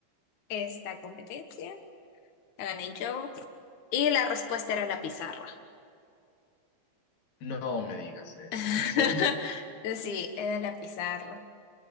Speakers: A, on the left; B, on the left.
A: esta competencia. La gané yo. Y la respuesta era la pizarra.
B: No me digas eso,
A: <laughs>
B: ¿es en serio?
A: Sí, era la pizarra.